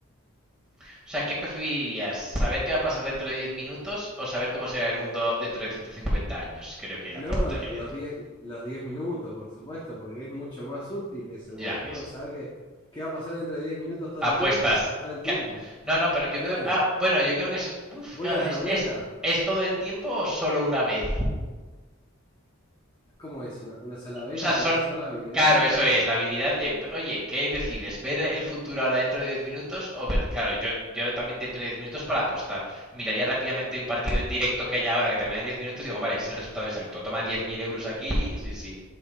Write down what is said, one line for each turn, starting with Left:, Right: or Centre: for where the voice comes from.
Centre: O sea, ¿qué preferirías? ¿Saber qué va a pasar dentro de 10 minutos o saber cómo será el mundo dentro de 150 años? Creo que
Left: No,
Centre: la pregunta
Left: lo-
Centre: quiere
Left: los
Centre: decir.
Left: diez, los diez minutos, por supuesto, porque es mucho más útil eso,
Centre: Ya
Left: como
Centre: ves.
Left: puedo saber que, qué va a pasar dentro de 10 minutos todo
Centre: Apuestas.
Left: el tiempo, o sea, todo el tiempo.
Centre: No, no, pero yo
Left: Claro.
Centre: creo... Ah, bueno, yo creo que es... Uf,
Left: Voy
Centre: claro,
Left: a la
Centre: ¿es,
Left: ruleta.
Centre: es, es todo el tiempo o solo una vez?
Left: ¿Cómo es? ¿Una, una sola vez
Centre: O sea,
Left: la
Centre: son.
Left: podés usar la habilidad?
Centre: Claro, eso es, la habilidad de. Oye, ¿qué decides? ¿Ver el futuro ahora dentro de 10 minutos? O ver. Claro, yo, yo también dentro de 10 minutos para apostar. Miraría rápidamente un partido en directo que haya ahora que termina en 10 minutos y digo, vale, es el resultado exacto. Toma 10.000 euros aquí, sí, sí.